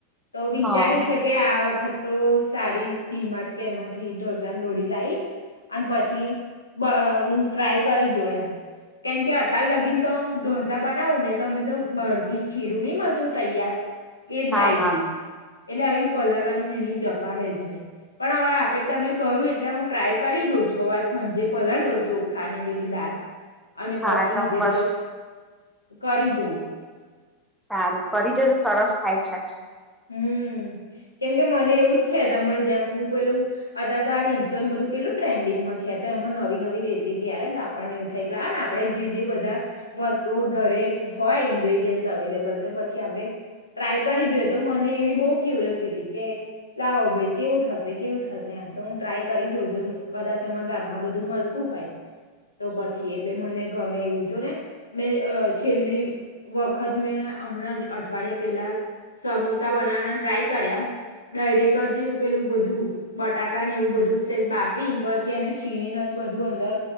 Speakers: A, on the left; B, in the centre.
A: તો વિચાર્યું
B: હા
A: છે કે આ વખત તો સારી ડીમાટ કે એમાંથી ઢોસાન લોડી લઈ અને પછી બા હું ટ્રાય કરી જો એમ કેમકે અતાર લગીને તો ડોસ સા બનાવું ને તો અમે તો બહથી જ ખીરું નહી મળતું તૈયાર એજ
B: હા
A: લાઇ
B: હા
A: દે. એટલે આવી પલળવાની એની જફા રહે જ નહીં પણ હવે આ ફેર તમે કહ્યું એટલે હું ટ્રાય કરી જોવું છુ આજ સાંજે પલાળ દઉં ચોખા ને પેલી દાર અને
B: હા
A: પછી
B: ચોક્કસ
A: બીજે દિવસ કરી જો.
B: સારું કરી જજો સરસ થાય છે.
A: હમ કેમકે મને એવું જ છે તમારે જેમ હું પેલું અત તો આ રીલ્સન બધું કેટલું ટ્રેન્ડિંગમાં છે, તો એમાં નવી નવી રેસીપી આવેને તો આપણને એવું થાય કે લાગે ને આપણે જે જે બધા, વસ્તુઓ ઘરે હોય ઇન્ગ્રેડિયન્ટ અવેલેબલ તો પછી આપણે ટ્રાય કરી જોઈએ. તો મને એવી બહ ક્યુરિયોસિટી કે લાવો ભાઈ કેવું થશે કેવું થશે એમ તો હું ટ્રાય કરી જાઉંજ કદાચ અમા ગામમાં બધું મળતું હોય. તો પછી એટલે મને ગમે એવું. જોને, મેં છેલ્લી વખત મેં હમણાં જ અઠવાડિયા પેલા સમોસા બનાવવાના ટ્રાય કર્યા ડાયેક જ પેલું બધું બટાકા ને એવું બધું છે, બાફીને પછી એને છીણીને બધું અંદર,